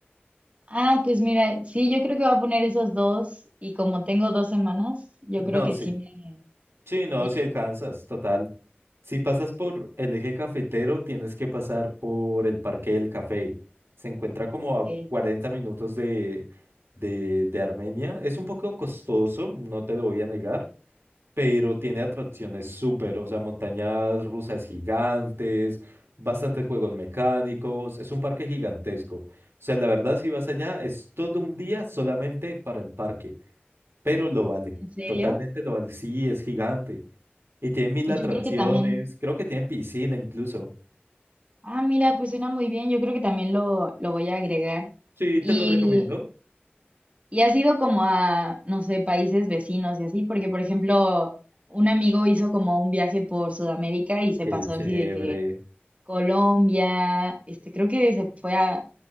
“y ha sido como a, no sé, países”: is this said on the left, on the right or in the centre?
Right